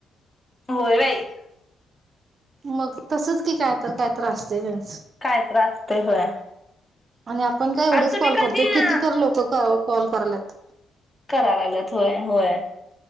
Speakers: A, on the left; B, on the right.
A: होय बाई
B: मग तसच की काय तर काय आसतय हं
A: काय त्रासतय होय.
B: आणि आपण काय एवढेच
A: आता तुम्ही
B: कॉल
A: कधी
B: करतो कितीत
A: अ
B: लोक कॉल करल्यात
A: करा लागत होय होय